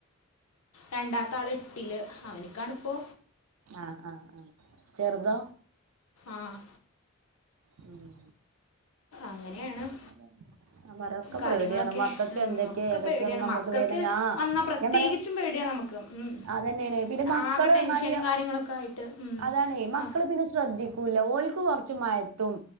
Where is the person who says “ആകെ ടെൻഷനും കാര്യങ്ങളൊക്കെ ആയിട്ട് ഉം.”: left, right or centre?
Left